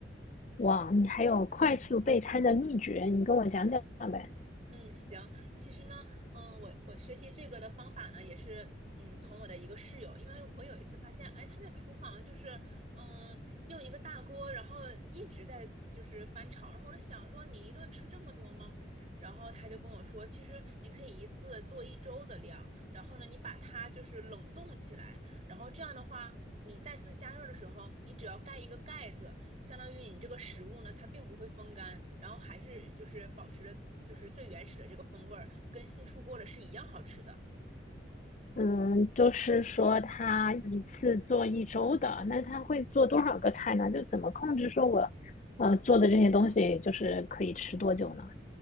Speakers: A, on the left; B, on the right.
A: 哇，你还有快速备餐的秘诀，你跟我讲讲呗。
B: 嗯，行。其实呢，嗯、我我学习这个的方法呢，也是嗯，从我的一个室友，因为我有一次发现，哎，他在厨房就是嗯，用一个大锅，然后一直在就是翻炒，然后我就想说，你一顿吃这么多吗？然后他就跟我说，其实你可以一次做一周的量，然后呢，你把它就是冷冻起来，然后这样的话，你再次加热的时候，你只要盖一个盖子，相当于你这个食物呢，它并不会风干，然后还是就是保持着就是最原始的这个风味儿，跟新出锅的是一样好吃的。
A: 嗯，就是说他一次做一周的，那他会做多少个菜呢？就怎么控制说我，呃，做的这些东西就是可以吃多久呢？